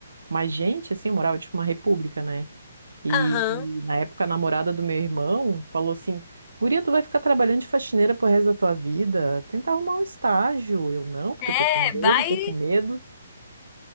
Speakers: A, on the right; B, on the left.
A: mais gente, assim, eu morava tipo uma república, né? E
B: Aham.
A: na época a namorada do meu irmão falou assim: Guria, tu vai ficar trabalhando de faxineira pro resto da tua vida? Tenta arrumar um estágio. Eu não, porque eu tô
B: É,
A: com medo,
B: vai
A: tô com medo.